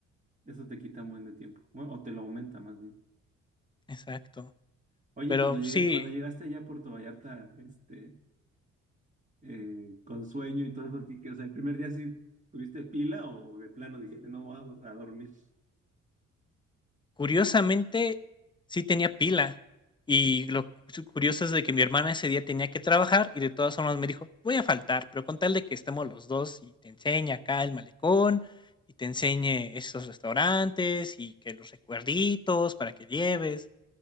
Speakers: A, on the right; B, on the left.
A: eso te quita un buen de tiempo. Bueno, o te lo aumenta más bien.
B: Exacto.
A: Oye,
B: Pero
A: y cuando llega,
B: sí,
A: cuando llegaste allá a Puerto Vallarta, este, eh, con sueño y todo eso, así que, o sea, el primer día sí tuviste pila o de plano dijiste, no voy a, do- a dormir.
B: Curiosamente, sí tenía pila. Y lo cu- curioso es de que mi hermana ese día tenía que trabajar y de todas formas me dijo, voy a faltar, pero con tal de que estemos los dos y te enseñe acá el malecón y te enseñe esos restaurantes y que los recuerditos para que lleves.